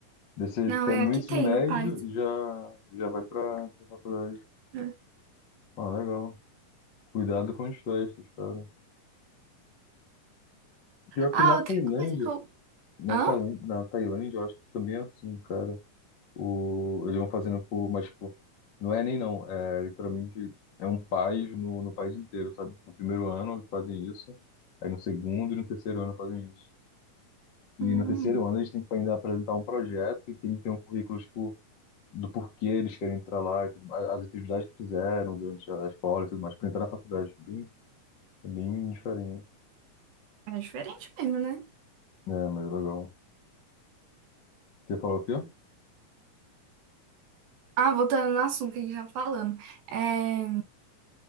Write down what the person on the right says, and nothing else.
Não,
é aqui
tem,
no Python.
né?
Ah,
outra
coisa que eu.
Hã?
Hum,
é diferente mesmo, né?
Ah, voltando no assunto que a gente tava falando. É,